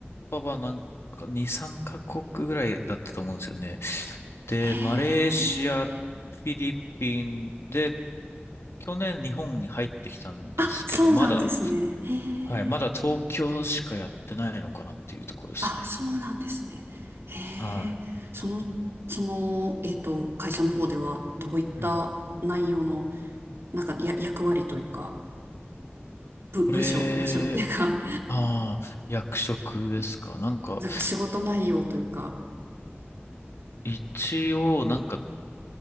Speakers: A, on the left; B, on the right.
A: パはなんか2、3カ国ぐらいだったと思うんですよね。で、
B: へえ、
A: マレーシア、フィリピンで、去年日本に入ってきたんですけど、
B: あ、そうなんですね。
A: まだ
B: へえ。
A: はい。まだ東京しかやってないのかなっていうところですね。
B: あ、そうなんですね。へ
A: はい。
B: え、その、その、えっと、会社の方ではどういった内容の、
A: うん
B: なんかや、役割というか、部、部署、
A: これ、
B: 部署っていうか、
A: ああ、役職ですか。なんか、
B: <laughs> なんか仕事内容というか、
A: 一応、なんか、